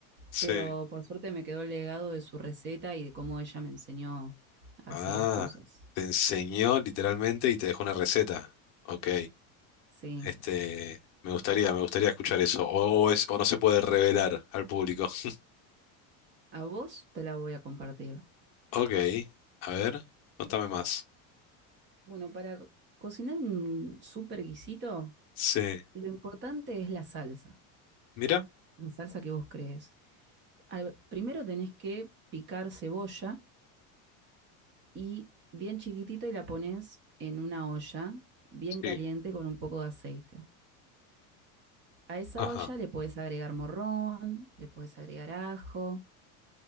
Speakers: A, on the left; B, on the right.
A: sí.
B: Pero por suerte me quedó el legado de su receta y de cómo ella me enseñó a
A: Ah,
B: hacer las cosas.
A: te enseñó literalmente y te dejó una receta. Ok,
B: Sí,
A: este, me gustaría, me gustaría escuchar eso. O es, o no se puede revelar al público. <laughs>
B: a vos te la voy a compartir.
A: Ok, a ver, contame más.
B: Bueno, para cocinar un super guisito,
A: Sí,
B: lo importante es la salsa.
A: mira,
B: la salsa que vos crees. Al- primero tenés que picar cebolla y bien chiquitito y la pones en una olla bien
A: sí,
B: caliente con un poco de aceite. A esa
A: ajá,
B: olla le podés agregar morrón, le podés agregar ajo,